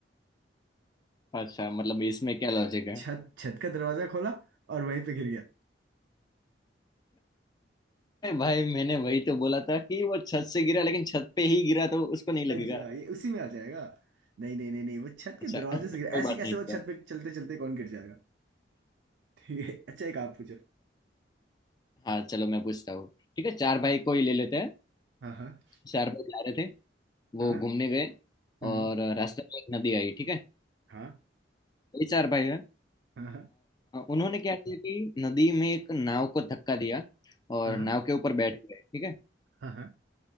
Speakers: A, on the left; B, on the right.
A: अच्छा मतलब इसमें क्या लॉजिक है
B: छत छत का दरवाजा खोला और वहीं पे गिर गया
A: अरे भाई मैंने वही तो बोला था कि वो छत से गिरा लेकिन छत पे ही गिरा तो उसको नहीं लगेगा
B: अच्छा ये उसी में आ जाएगा नहीं नहीं नहीं नहीं वो छत के
A: अच्छा
B: दरवाजे
A: <laughs>
B: से
A: कोई
B: गिर ऐसे
A: बात
B: कैसे
A: नहीं इसका
B: वो छत पे चलते चलते कौन गिर जाएगा ठीक है अच्छा एक आप पूछो
A: हाँ चलो मैं पूछता हूँ ठीक है चार भाई को ही ले लेते हैं
B: हाँ हाँ
A: चार भाई जा रहे थे वो
B: हाँ
A: घूमने गए
B: हम्म
A: और रास्ते में एक नदी आई ठीक है
B: हाँ
A: ये चार भाई है
B: हाँ हाँ
A: उन्होंने क्या किया कि नदी में एक नाव को धक्का दिया और
B: हाँ
A: नाव के ऊपर बैठ गए ठीक है
B: हाँ हाँ,